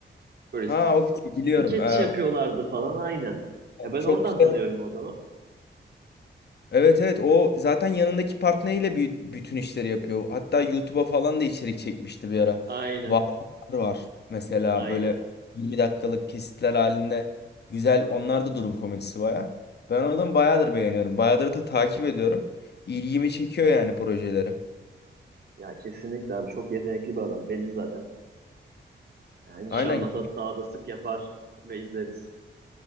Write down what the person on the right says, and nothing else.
böyle
s-
skeç
yapıyorlardı falan aynen. Ya ben
oradan
tanıyorum o adamı.
Aynen.
Aynen.
Ya kesinlikle abi çok yetenekli bir adam belli zaten. Ya inşallah
da daha da sık yapar ve izleriz.